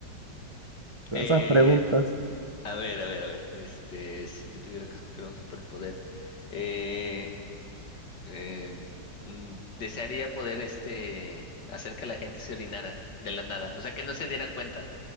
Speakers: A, on the right; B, on the left.
A: <laughs> con
B: eh,
A: esas preguntas,
B: a ver, a ver, a ver. Este, si yo tuviera que escoger un superpoder. eh, eh, mm, desearía poder este hacer que la gente se orinara de la nada, o sea, que no se dieran cuenta,